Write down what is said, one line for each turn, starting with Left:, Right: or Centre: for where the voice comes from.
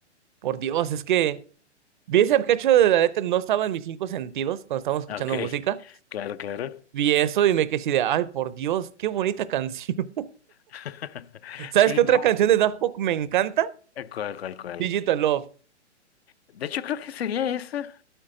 Right: Por Dios, es que... Vi ese cacho de la letra, no estaba en mis cinco sentidos cuando estábamos escuchando
Left: Ok,
Right: música.
Left: claro, claro.
Right: Vi eso y me quedé así de, ay, por Dios, qué bonita canción.
Left: <laughs>
Right: <laughs> ¿Sabes
Left: Sí,
Right: qué otra
Left: no,
Right: canción de Daft Punk me encanta?
Left: cuál, cuál, cuál.
Right: Digital Love.
Left: De hecho, creo que sería esa.